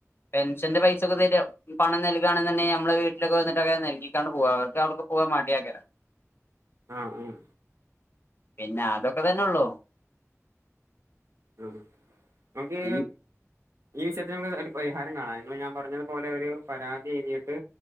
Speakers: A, on the left (about 45°); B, on the right (about 65°).
A: പെൻഷന്റെ പൈസൊക്കെ തരാ പണം നൽകാണെന്നുണ്ടെങ്കി നമ്മളെ വീട്ടിലൊക്കെ വന്നിട്ട് ഒക്കെ നൽകീക്കാണ്ട് പോവാ. അവർക്ക് അവർക്ക് പോവാൻ മടിയേക്കരം.
B: ആഹ് ആഹ്
A: പിന്നെ അതൊക്കെ തന്നെ ഉള്ളൂ
B: ഉം നമുക്കീ
A: പിൻ-
B: ഈ വിഷയത്തിന് ഒന്ന് ഒരു പരിഹാരം കാണാം നിങ്ങൾ ഞാൻ പറഞ്ഞതുപോലെ ഒരു പരാതി എഴുതിയിട്ട്